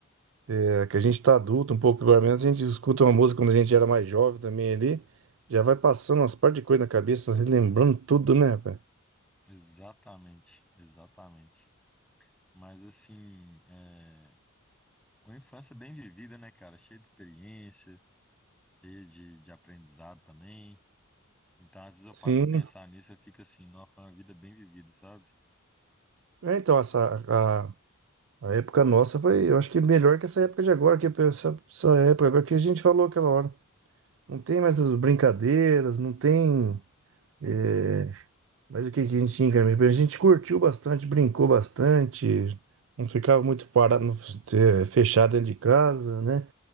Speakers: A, on the right; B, in the centre.
A: é, que a gente tá adulto um pouco agora mesmo, a gente escuta uma música quando a gente era mais jovem também ali, já vai passando umas par de coisa na cabeça, relembrando tudo, né, velho?
B: Exatamente, exatamente. Mas assim, é, uma infância bem vivida, né, cara, cheia de experiência, cheia de, de aprendizado também. Então, às vezes eu
A: Sim,
B: paro pra pensar nisso, eu fico assim, nossa, foi uma vida bem vivida, sabe?
A: é, então essa, A época nossa foi, eu acho que melhor que essa época de agora, que essa, essa época agora que a gente falou aquela hora. Não tem mais as brincadeiras, não tem é, mais o que que a gente tinha, cara? A gente curtiu bastante, brincou bastante, não ficava muito parado, não- é, fechado dentro de casa, né?